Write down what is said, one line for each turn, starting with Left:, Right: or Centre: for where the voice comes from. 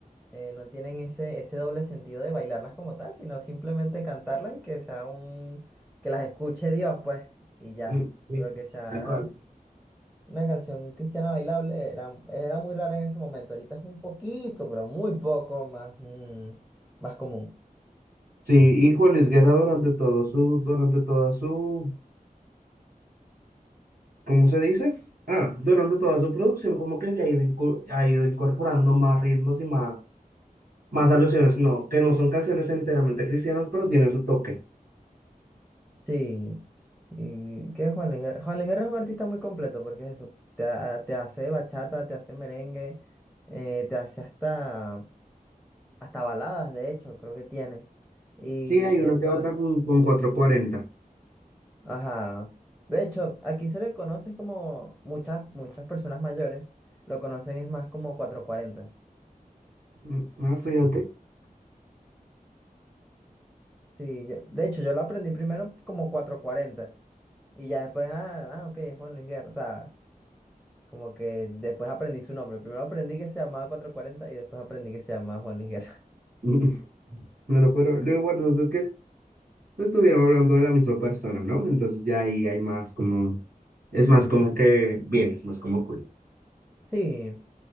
Centre: eh, no tienen ese, ese doble sentido de bailarlas como tal, sino simplemente cantarlas y que sea un, que las escuche Dios, pues, y ya.
Right: Mm, Sí,
Centre: Pero que sea
Right: tal cual.
Centre: una canción cristiana bailable era, era muy rara en ese momento. Ahorita es un poquito, pero muy poco más, mm, más común.
Right: Sí, y Juan Luis Guerra durante todo su, durante toda su ¿Cómo se dice? Ah, durante toda su producción como que se ha ido, inco- ha ido incorporando más ritmos y más, más alusiones, no, que no son canciones enteramente cristianas, pero tienen su toque.
Centre: Sí, y que Juan Luis Guerra. Juan Luis Guerra es un artista muy completo porque es eso, te, ha- te hace bachata, te hace merengue, eh, te hace hasta, hasta baladas, de hecho, creo que tiene. Y
Right: Sí, hay una
Centre: eso
Right: que otra
Centre: hace,
Right: con, con 440.
Centre: ajá. De hecho, aquí se le conoce como muchas, muchas personas mayores, lo conocen es más como cuatrocientos cuarenta
Right: Mm, Ah, fíjate. <laughs>
Centre: Sí, yo, de hecho, yo lo aprendí primero como 440 y ya después, ah, ah, ok, es Juan Luis Guerra, o sea. Como que después aprendí su nombre. Primero aprendí que se llamaba 440 y después aprendí que se llamaba Juan Luis Guerra. <laughs>
Right: Mm, No, no, pero lo importante es que se estuvieron hablando de la misma persona, ¿no? Entonces ya ahí hay más como, es más como que, bien, es más como cool.
Centre: Sí,